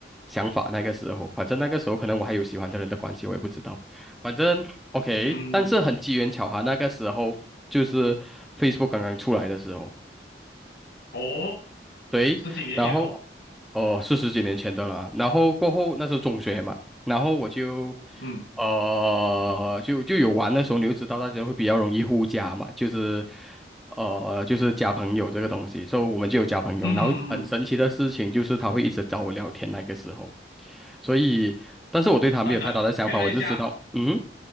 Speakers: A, in the centre; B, on the left.
A: 想法。那个时候，反正那个时候可能我还有喜欢的人的关系，我也不知道。反正 OK，
B: 嗯
A: 但是很机缘巧合，那个时候就是 Facebook 刚刚出来的时候，
B: 哦，
A: 对，
B: 十几年前哦，
A: 然后哦，是十几年前的了。然后过后那是中学嘛，然后我就
B: 嗯
A: 呃就就有玩的时候，你就知道大家会比较容易互加嘛，就是呃就是加朋友这个东西，所以我们就有加朋友。
B: 嗯嗯嗯嗯，
A: 然后很神奇的事情就是他会一直找我聊天那个时候，所以但是我对他没有太大的想法，
B: 等等，确认一下。
A: 我就知道嗯